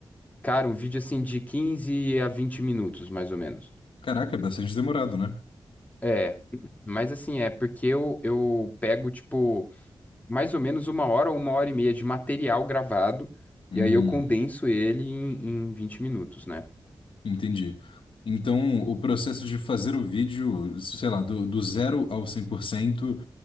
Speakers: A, on the left; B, on the left.
A: Cara, um vídeo assim de 15 a 20 minutos, mais ou menos.
B: Caraca, é bastante demorado, né?
A: É, mas assim, é porque eu, eu pego, tipo, mais ou menos uma hora ou uma hora e meia de material gravado, e
B: Hum,
A: aí eu condenso ele em, em 20 minutos, né?
B: entendi. Então, o processo de fazer o vídeo, sei lá, do, do zero ao 100%.